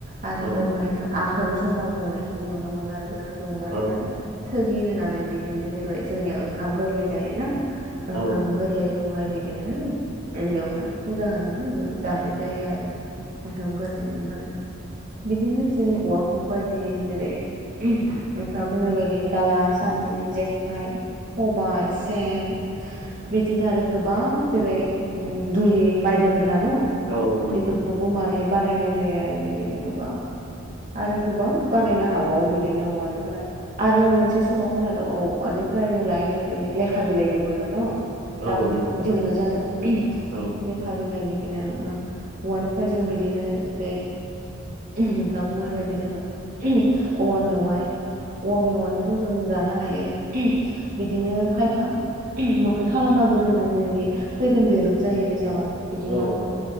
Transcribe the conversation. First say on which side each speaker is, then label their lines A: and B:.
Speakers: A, on the right; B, on the right.
A: आरो
B: औ
A: बेवहायनो
B: नंगौ
A: आघोन समाव दुंनायखौ नुनो मोनो आरो बेवहाय दुंनानै
B: औ
A: माने थोगि होनानै बिदिनो जेरै जोंनिया ओंखाम गोरलै जायोना? ओंखाम
B: औ
A: गोरलैखौहाय बिदिनो बेवहाय फुजा होनानै बेवहाय जानाय जायो आरो। ओंखाम गोरलैनो बार बिदिनो जों औवाखौ बायदि जेरै नोंथाङा बुंनाय बायदि दाला सान्द्रि जेखाइ। सबाइ सेन बिदिनो आरो गोबां जेरै ओम दुलि माइ दोनग्रा। ना न'
B: औ नंगौ
A: बेफोरखौबो माने बानायनाय जायो आरो बिदिनो गोबां। आरो गोबां बानायनो हाबावो बिदिनो औवानिफ्राय आरो मोनसे समाव खोनाद'औ औवानि। फरायनो लायनो बिदिनो लेखा बिलाइ दिहुनो न'? दाबो
B: औ नंगौ
A: जौनो जानौ
B: औ
A: लेखा बिलाइ बिद बिदिनो ओं हौवानिफ्राय जों बिदिनो जेरै नोंथाङा बुंनाय बायदि जोङो औवा मेवाइ। औवा मेवाइखौथ' जों जानो हायो बिदिनो खायफा मोखै खालामनाबो दोनो जेरै बे खैरोम दैैरोम जायो बे जाबा बिदिनो
B: औ
A: आरो
B: औ